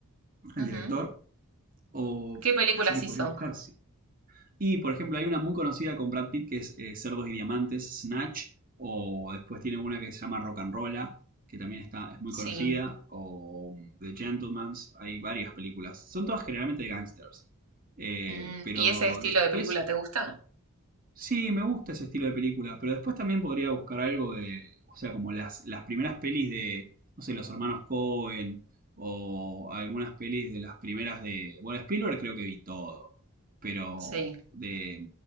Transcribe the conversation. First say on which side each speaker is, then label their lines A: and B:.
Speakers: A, on the right; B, on the right.
A: el
B: Ujú.
A: director, o
B: ¿Qué películas
A: así que
B: hizo?
A: podría buscar, sí. Y, por ejemplo, hay una muy conocida con Brad Pitt que es eh, Cerdos y Diamantes, Snatch, o después tiene una que se llama Rock and Rolla, que también está, es muy conocida,
B: Sí.
A: o um, The Gentleman's, hay varias películas. Son todas generalmente de gangsters. Eh,
B: Mm,
A: pero
B: ¿Y ese estilo
A: después
B: de película te gusta?
A: Sí, me gusta ese estilo de película, pero después también podría buscar algo de, o sea, como las, las primeras pelis de, no sé, los hermanos Cohen o algunas pelis de las primeras de, bueno, Spielberg creo que vi todo, pero
B: Sí.
A: de,